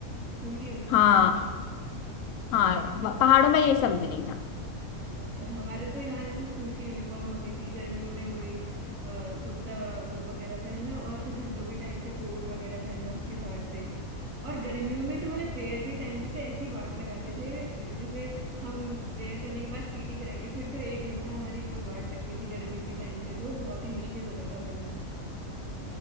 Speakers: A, on the right (about 65°); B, on the left (about 70°).
A: स्कूल की यूनिफॉर्म
B: हाँ
A: होती होगी
B: हाँ पहाड़ों में ये सब नहीं था
A: अच्छा हमारे तो यहाँ जैसे स्कूल की यूनिफॉर्म होती थी गर्मियों में वही अ, कुर्ता वो वगैरह पहनना और फिर ठंडों के टाइम पे कोट वगैरह पहनना उसके बाहर से और गर्मियों में तो मेरे प्रेयर के टाइम पे तो ऐसी वाट लगाते थे जैसे हम प्रेयर करने के बाद पीटी कराएंगे फिर तो एक घंटा हमारी जो वाट लगती थी गर्मियों के टाइम पे तो बहुत ही मुश्किल होता था करना